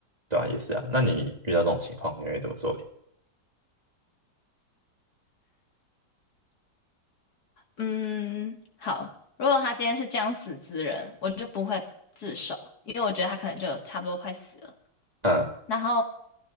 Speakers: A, on the right (about 25°); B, on the left (about 65°).
A: 对啊，也是啊。那你遇到这种情况，你会怎么做你
B: 嗯，好。如果他今天是将死之人，我就不会自首，因为我觉得他可能就差不多快死了。
A: 嗯，
B: 然后，